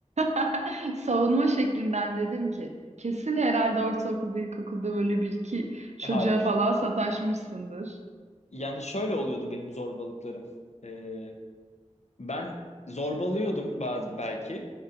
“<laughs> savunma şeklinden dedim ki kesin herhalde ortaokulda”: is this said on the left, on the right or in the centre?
Right